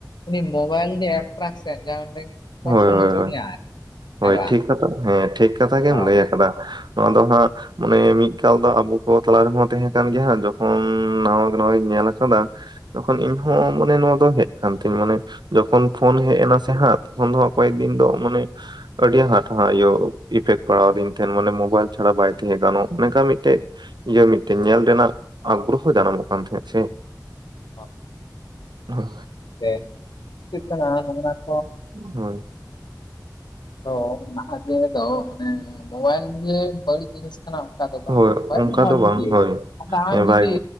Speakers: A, on the left; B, on the right.
A: ᱩᱱᱤ ᱢᱳᱵᱟᱭᱤᱞ ᱜᱮ ᱮᱴᱨᱟᱠᱥᱚᱱ <unintelligible> ᱟᱠᱚᱨ
B: ᱦᱳᱭ
A: ᱥᱚᱱ
B: ᱦᱳᱭ
A: ᱦᱚᱪᱚ
B: ᱦᱳᱭ
A: ᱢᱮᱭᱟᱭ᱾
B: ᱦᱳᱭ
A: ᱦᱮᱸ ᱵᱟᱝ?
B: ᱴᱷᱤᱠ ᱠᱟᱛᱷᱟ ᱦᱮᱸ ᱴᱷᱤᱠ ᱠᱟᱛᱷᱟ ᱜᱮᱢ
A: ᱦᱳᱭ
B: ᱞᱟᱹᱭ ᱠᱟᱫᱟ ᱱᱚᱣᱟ ᱫᱚ ᱦᱟᱸᱜ ᱢᱟᱱᱮ ᱢᱤᱫ ᱠᱟᱞ ᱫᱚ ᱟᱵᱚ ᱠᱚ ᱛᱟᱞᱟᱨᱮᱦᱚᱸ ᱛᱟᱦᱮᱸ ᱠᱟᱱ ᱜᱮᱭᱟ ᱦᱟᱸᱜ ᱡᱚᱠᱷᱚᱱ ᱱᱟᱣᱟ ᱱᱟᱣᱟᱜᱤᱧ ᱧᱮᱞ ᱠᱟᱫᱟ, ᱛᱚᱠᱷᱚᱱ ᱤᱧ ᱦᱚᱸ ᱢᱟᱱᱮ ᱱᱚᱣᱟ ᱫᱚ ᱦᱮᱡ ᱠᱟᱱ ᱛᱤᱧ ᱢᱟᱱᱮ ᱡᱚᱠᱷᱚᱱ ᱯᱷᱳᱱ ᱦᱮᱡ ᱮᱱᱟ ᱥᱮ ᱦᱟᱸᱜ ᱛᱚᱠᱷᱚᱱ ᱫᱚ ᱠᱚᱭᱮᱠ ᱫᱤᱱ ᱫᱚ ᱢᱟᱱᱮ ᱟᱹᱰᱤ ᱦᱟᱴ ᱤᱭᱟᱹ ᱤᱯᱷᱮᱠᱴ ᱯᱟᱲᱟᱣᱟᱫᱤᱧ ᱛᱟᱦᱮᱸᱱ ᱢᱟᱱᱮ ᱢᱳᱵᱟᱭᱤᱞ ᱪᱷᱟᱲᱟ ᱵᱟᱭ ᱛᱟᱦᱮᱸ ᱜᱟᱱᱚᱜ ᱚᱱᱠᱟ ᱢᱤᱫᱴᱮᱡ ᱤᱭᱟᱹ ᱢᱤᱫᱴᱮᱱ ᱧᱮᱞ ᱨᱮᱱᱟᱜ ᱟᱜᱽᱨᱚᱦᱚ ᱡᱟᱱᱟᱢᱚᱜ ᱠᱟᱱ ᱛᱟᱦᱮᱸᱫ ᱥᱮ᱾
A: ᱦᱚ᱾
B: ᱦᱳᱭ᱾
A: ᱥᱮ <unintelligible> ᱱᱚᱝᱜᱨᱟ ᱠᱚ
B: ᱦᱳᱭ᱾
A: ᱛᱚ ᱱᱟᱦᱟᱸᱜ ᱫᱤᱱ ᱨᱮᱫᱚ ᱢᱟᱱᱮ ᱢᱳᱵᱟᱭᱤᱞ ᱡᱮ ᱵᱟᱹᱲᱤᱡ ᱡᱤᱱᱤᱥ ᱠᱟᱱᱟ, ᱚᱱᱠᱟ ᱫᱚ ᱵᱟᱝ
B: ᱦᱳᱭ
A: <unintelligible>
B: ᱚᱱᱠᱟ
A: ᱵᱷᱟᱜᱮ
B: ᱫᱚ ᱵᱟᱝ
A: ᱜᱮ
B: ᱦᱳᱭ
A: ᱟᱫᱚ ᱟᱢ
B: ᱦᱮᱸ
A: ᱡᱩᱫᱤ
B: ᱵᱟᱭ